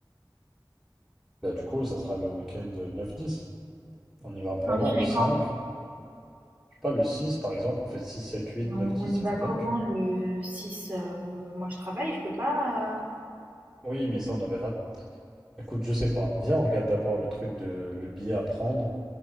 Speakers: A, in the centre; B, on the right (about 20°).
A: Bah, du coup, ça sera le week-end neuf dix On y va un peu
B: Mais
A: avant,
B: on irait
A: le cinq
B: quand?
A: Je sais pas, le 6 par exemple, on fait 6 7 8
B: On
A: 9 10
B: on y va
A: et on revient,
B: comment
A: tu vois.
B: le six Heu, moi je travaille, je peux pas,
A: Oui, mais ça, on avait... ra- Écoute, je sais pas. Viens, on regarde d'abord le truc de le billet à prendre